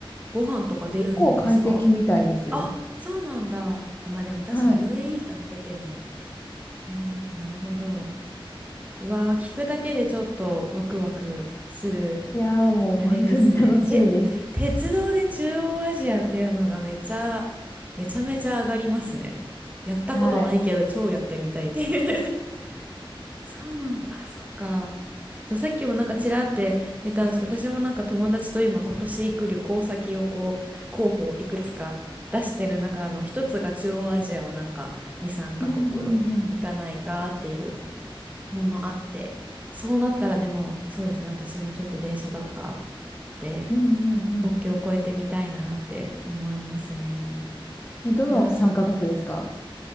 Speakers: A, on the right; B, on the left.
A: ご飯とか出るんですか
B: 結構快適みたいですよ。
A: あ、そうなんだ。あ、まあでも確かに
B: はい。
A: UAE から出てるの。ねえ、なるほど。うわー、聞くだけでちょっとワクワクする。
B: いやー、もう本当に楽しみです。
A: あれですね。て、鉄道で中央アジアっていうのがめちゃ、めちゃめちゃ上がりますね。やったことないけど超やってみたいっていう
B: はい。
A: <laughs> そうなんだ。あ、そっか。そう、さっきもなんかちらって言ったんですけど、私もなんか友達と今今年行く旅行先をこう、候補をいくつか出してる中の一つが中央アジアをなんか2、3カ国行かないかっていう
B: うんうんうん。
A: のもあって、そうなったらでもそうですね、私もちょっと電車とかで
B: うんうんうん。
A: 国境を越えてみたいなって思いますね。
B: え、どの参加国ですか
A: いやー